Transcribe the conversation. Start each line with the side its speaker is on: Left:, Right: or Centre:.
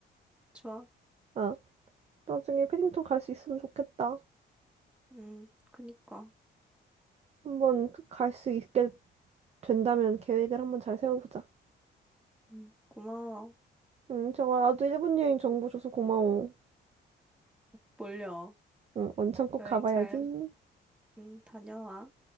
Centre: 좋아.
Right: 아, 나중에 패딩턴 갈 수 있으면 좋겠다.
Centre: 응, 그니까.
Right: 한번 갈 수 있게 된다면 계획을 한번 잘 세워보자.
Centre: 응, 고마워.
Right: 응, 좋아. 나도 일본 여행 정보 줘서 고마워.
Centre: 몰려.
Right: 응, 원천 꼭
Centre: 여행
Right: 가봐야지.
Centre: 잘,
Right: 응.
Centre: 응, 다녀와.